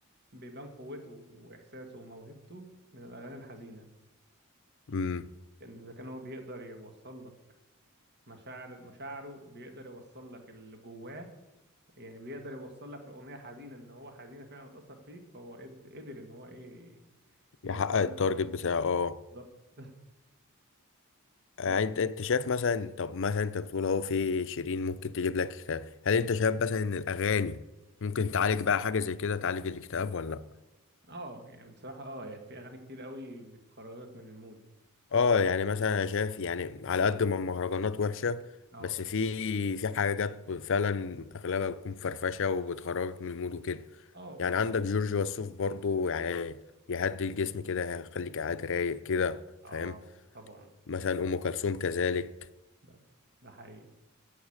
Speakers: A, on the right; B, on the left.
A: بيبان قوته وإحساسه وموهبته من الأغاني الحزينة
B: امم
A: لأن إذا كان هو بيقدر يوصل لك مشاعر مشاعره بيقدر يوصل لك اللي جواه يعني بيقدر يوصل لك في أغنية حزينة إن هو حزينة فعلا متأثر فيك فهو قد- قدر إن هو إيه
B: يحقق
A: يوصل
B: التارجت
A: لك ال-
B: بتاعه اه
A: بالظبط
B: آه،
A: ف
B: انت انت شايف مثلا طب مثلا انت بتقول اهو في شيرين ممكن تجيب لك اكتئاب هل انت شايف مثلا ان الاغاني ممكن تعالج بقى حاجه زي كده تعالج الاكتئاب ولا لا
A: اه يعني بصراحة اه يعني في أغاني كتير قوي بتخرجك من المود
B: اه يعني مثلا انا شايف يعني على قد ما المهرجانات وحشه
A: اه
B: بس في في حاجات فعلا اغلبها بتكون فرفشه وبتخرجك من المود وكده
A: اه
B: يعني عندك جورج وسوف برضو يعني يهدي الجسم كده هيخليك قاعد رايق كده
A: اه
B: فاهم
A: طبعا
B: مثلا
A: أيوة،
B: ام كلثوم كذلك
A: ده ده حقيقي